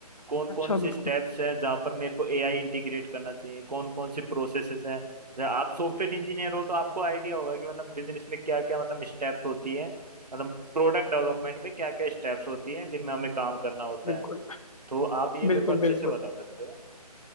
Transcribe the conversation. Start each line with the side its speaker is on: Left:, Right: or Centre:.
Right: कौन
Left: अच्छा
Right: कौन सी
Left: बिल्कुल
Right: स्टेप्स हैं जहाँ पर मेरे को एआई इंटीग्रेट करना चाहिए कौन कौन सी प्रोसेसेस हैं जैसे आप सॉफ्टवेयर इंजीनियर हो तो आपको आइडिया होगा कि मतलब बिजनेस में क्या क्या मतलब स्टेप्स होती है मतलब प्रोडक्ट डेवलपमेंट में क्या क्या स्टेप्स होती हैं जिनमें हमें काम करना होता
Left: बिल्कुल
Right: है तो आप ये मेरे
Left: बिल्कुल
Right: को अच्छे
Left: बिल्कुल
Right: से बता सकते हो